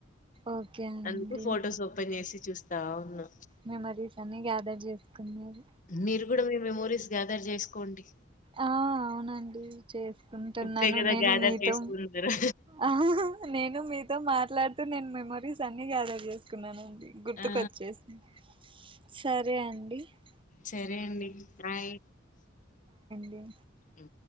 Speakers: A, on the right (about 25°); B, on the left (about 40°).
A: ఓకే అండి
B: అందుకు ఫోటోస్ ఓపెన్ చేసి చూస్తావును
A: మెమరీస్ అన్ని గ్యాదర్ చేస్త కది
B: మీరు కూడా మీ మెమోరీస్ గ్యాదర్ చేసుకోండి
A: ఆ అవునండి చేసుకుంటున్నాను
B: ఇప్పుడే కదా
A: నేను
B: గ్యాదర్
A: మీతో
B: చేసుకుందరు
A: ఆ నేను మీతో మాట్లాడుతూ నను మెమోరీస్ అన్ని గ్యాదర్ చేసుకున్నానండి గుర్తుకొచ్చేసి
B: ఆ
A: సరే అండి అం
B: సరే అండి నాయ్
A: ఉమ్
B: అ